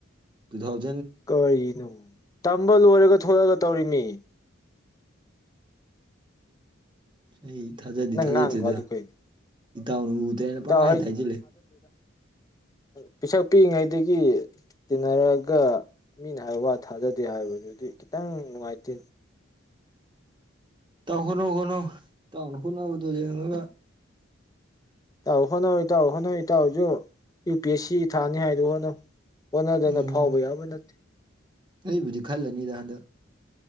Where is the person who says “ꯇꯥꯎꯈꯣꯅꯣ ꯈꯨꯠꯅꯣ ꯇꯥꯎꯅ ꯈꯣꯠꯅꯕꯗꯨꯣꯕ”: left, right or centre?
Right